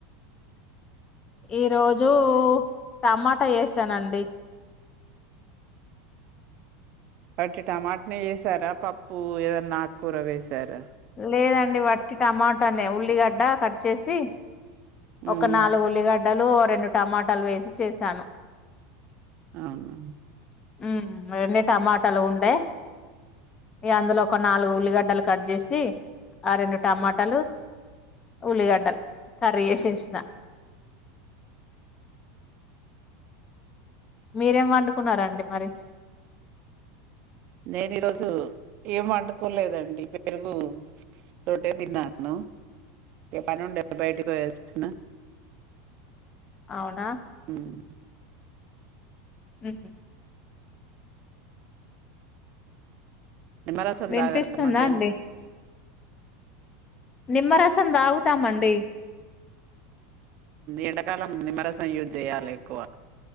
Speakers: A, on the left; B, on the right.
A: ఈ రోజు టమాటా వేసానండి
B: వట్టి టమాటని వేసారా పప్పు ఏదన్నా ఆకుకూర వేసారా
A: లేదండి వట్టి టమాటానే ఉల్లిగడ్డ కట్ చేసి ఒక
B: ఉమ్
A: నాలుగుల్లిగడ్ వడలు రెండు టమాటాలు వేసి చేశాను
B: అవును
A: ఊ రెండు టమాటాలు ఉండే ఇ అందులో ఒక నాలుగు ఉల్లిగడ్డలు కట్ చేసి ఆ రెండు టమాటాలు ఉల్లిగడ్డలు ప్రియశృష్ణ మీరేం వండుకున్నారండి మరి
B: నేను ఈరోజు ఏం అండుకోలేదండి పెరుగు రోటే తిన్నాను ఏ పని ఉ బయోటిక్ వయస్తున్నా
A: అవునా
B: ఉమ్.
A: ఉ
B: నిమ్మరసం
A: వినిపిస్తుందా
B: తాగర మధ్యానం
A: అండి నిమ్మరసం దాగుతామండి
B: ఎండాకాలం నిమ్మరసం యూజ్ చేయాలి ఎక్కువ